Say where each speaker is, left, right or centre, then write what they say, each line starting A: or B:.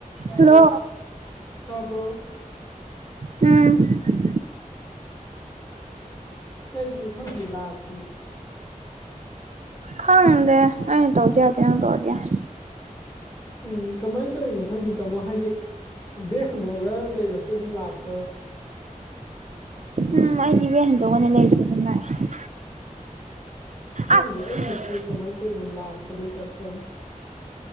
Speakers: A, on the left; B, on the right.
A: ꯇꯥꯕ꯭ꯔꯣ
B: ꯍꯜꯂꯣ
A: ꯇꯥꯕ꯭ꯔꯣ
B: ꯎꯝ
A: ꯀꯩꯒꯤꯅꯣ ꯈꯪꯗꯦ ꯂꯥꯛꯇꯦ
B: ꯈꯪꯉꯗꯦ ꯑꯩꯅ ꯇꯧꯔꯗꯤ ꯌꯥꯗꯦ ꯅꯪ ꯇꯧꯔꯗꯤ ꯌꯥꯏ
A: ꯎꯝ ꯀꯃꯥꯏꯅ ꯇꯧꯔꯤꯅꯣ ꯈꯪꯗꯦ ꯇꯥꯃꯣ ꯍꯥꯏꯗꯤ ꯕꯦꯛ ꯍꯟꯗꯣꯛꯑꯒ ꯂꯩꯔꯁꯨ ꯑꯗꯨꯝ ꯂꯥꯛꯄ꯭ꯔꯕ
B: ꯎꯝ ꯑꯩꯗꯤ ꯕꯥꯛ ꯍꯟꯗꯣꯛꯑꯒꯥꯅꯤ ꯂꯩꯔꯤꯁꯦ ꯑꯗꯨꯝ ꯂꯥꯛꯑꯦ
A: ꯈꯪꯗꯦ
B: ꯑꯁ
A: ꯑꯩꯒꯤꯁꯦ ꯀꯃꯥꯏꯅ ꯇꯧꯔꯤꯅꯣ ꯂꯥꯛꯇꯕꯩ ꯇꯥꯏꯞꯇ ꯇꯧꯏ